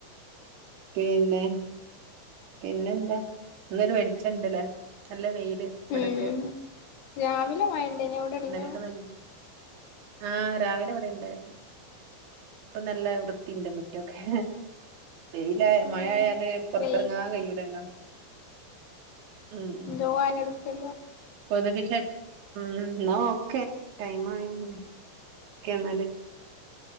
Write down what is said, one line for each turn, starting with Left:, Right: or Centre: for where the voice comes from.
Right: പീന്നെ പിന്നെന്താ? ന്നൊര് ‌ വെളിച്ചണ്ട്ല്ലേ. നല്ല വെയില് വടൊക്കെ
Left: ഉം ഉം രാവിലെ മഴ ഇണ്ടേനോ എവിടെണഞ്ഞോ
Right: ഇന്നലൊക്കെ നല്ല ആഹ് രാവിലെ ഇവിടെ ഇണ്ടായിരുന്നു ഇപ്പ നല്ല വൃത്തിണ്ട് മുറ്റൊക്കെ വെയില
Left: ഉം
Right: മഴായാല പുറ
Left: വെയില്
Right: ത്രങ്ങാ കൈയൂല്ലല്ലോ ഉം
Left: ന്തേ വാല അടുക്കല്ലോ
Right: കൊത്ക് ശല് ഉം എന്നാ ഓക്കെ ടൈം ആയില്ലോ ക്കെ എന്നാല്